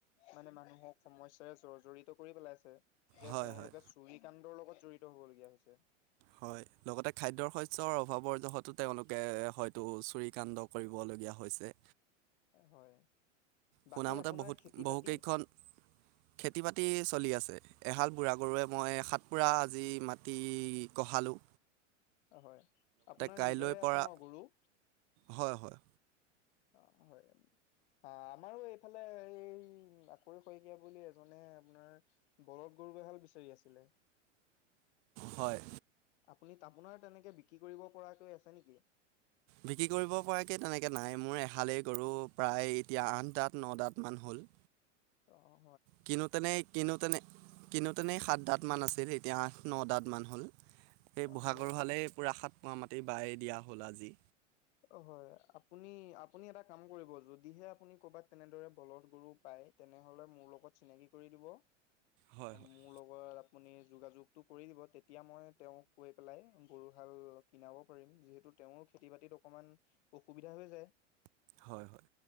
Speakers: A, on the left; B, on the right.
A: মানে মানুহক সমস্যা জড়িত কৰি পেলাইছে যে
B: হয়
A: তেওঁলোকে
B: হয়
A: চুৰি কাণ্ডৰ লগত জড়িত হবলগীয়া হৈছে।
B: হয় লগতে খাদ্যয়ৰ শস্যৰ অভাৱৰ যতো তেওঁলোকে হয়তো চুৰি কাণ্ড কৰিব ল। বিয়া হৈছে।
A: হয়
B: শুনামতে
A: বাকী আপোনাৰ
B: বহুত
A: খেতি
B: বহুকেইখন
A: বাতি?
B: খেতি বাতি চলি আছে এহাল বুঢ়া গৰুৱে মই হাত পোৰা আজি মাটি পঢ়ালোঁ।
A: হয় আপোনাৰ
B: কাইলৈৰ
A: নিজৰে
B: পৰা
A: আছে ন গৰু?
B: হয় হয়।
A: অঁ হয়। অ আমাৰো এইফালে এই অতুল শইকীয়া বুলি এজনে আপোনাৰ বলদ বিচাৰি আছিলে।
B: হয়।
A: আপুনি আপোনাৰ তেনেকে বিক্ৰী কৰিব পৰাকৈ আছে নেকি?
B: বিক্ৰী কৰিব পৰাকে তেনেকে নাই মোৰ এহালেই গৰু প্ৰায় এতিয়া আঠ দাত ন দাত। মান হ'ল।
A: অঁ।
B: কিনোতেনেই কিনোতেনে কিনোতেনেই সাত দাত মান আছিল এতিয়া আঠ ন দাত মান হ'ল। এই বুঢ়াগৰুহালেই
A: হয়
B: পুৰা সাত পোৱা মাটি বাই দিয়া হল আজি।
A: অ হয় আপুনি আপুনি এটা কাম কৰিব। যদিহে আপুনি কৰ'বাত তেনেদৰে বলধ গৰু পায়। সেই তেনে হ'লে মোৰ লগত চিনাকি কৰি দিব অ
B: হয় হয়
A: মোৰ লগৰ আপুনি যোগাযোগটো কৰি দিব তেতিয়া মই তেওঁক কৈ পেলাই গৰু হাল কিনাব পাৰিম যিহেতু, তেওঁৰ খেতি বাতিত অকমান অসুবিধা হৈ যায়।
B: হয় হয়!